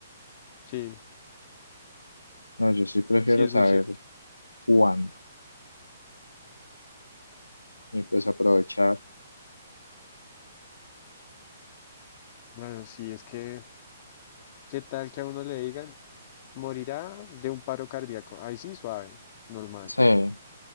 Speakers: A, on the left (about 40°); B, on the left (about 85°).
A: Sí,
B: No, yo sí prefiero
A: sí es
B: saber
A: muy cierto.
B: cuándo y pues aprovechar.
A: Bueno, sí, es que, ¿qué tal que a uno le digan, morirá de un paro cardíaco? Ahí sí, suave, normal.
B: Sí,